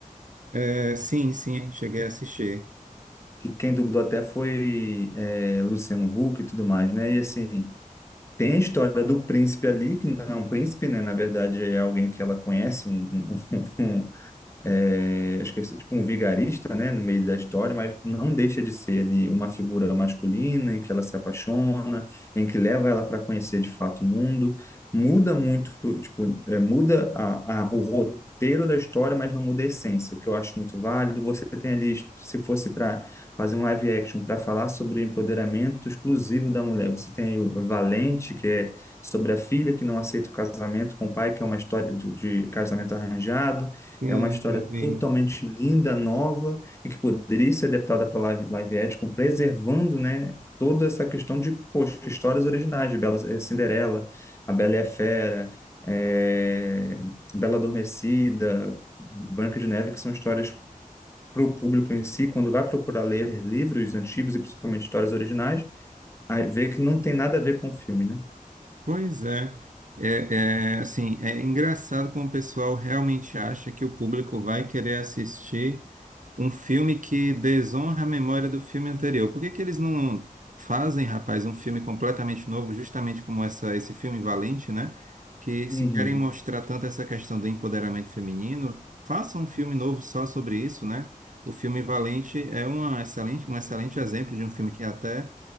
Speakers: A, on the right (about 60°); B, on the left (about 20°).
A: É, sim, sim, cheguei a assistir.
B: que quem dublou até foi é, Luciano Huck e tudo mais, né? E assim, tem a história do príncipe ali, que não é um príncipe, né? Na verdade, é alguém que ela conhece, um, um, um, é, acho que é tipo um vigarista, né, no meio da história, mas não deixa de ser ali uma figura masculina em que ela se apaixona, em que leva ela para conhecer de fato o mundo, muda muito, tipo, é, muda a, a, o roteiro da história, mas não muda a essência, o que eu acho muito válido. Você tem ali, se fosse para fazer um live action para falar sobre o empoderamento exclusivo da mulher, você tem o Valente, que é sobre a filha que não aceita o casamento com o pai, que é uma história de de casamento arranjado.
A: Sim,
B: É uma história
A: eu vi.
B: totalmente linda, nova, e que poderia ser adaptada para live, live action, preservando, né, toda essa questão de, poxa, histórias originais de Bela, eh, Cinderela, A Bela e a Fera, eh, Bela Adormecida, Branca de Neve, que são histórias para o público em si, quando vai procurar ler livros antigos e principalmente histórias originais, aí vê que não tem nada a ver com o filme, né?
A: Pois é. É, é, assim, é engraçado como o pessoal realmente acha que o público vai querer assistir um filme que desonra a memória do filme anterior. Por que que eles não fazem, rapaz, um filme completamente novo, justamente como essa, esse filme Valente, né? Que
B: Uhum.
A: se querem mostrar tanto essa questão do empoderamento feminino, façam um filme novo só sobre isso, né? O filme Valente é uma excelente, um excelente exemplo de um filme que até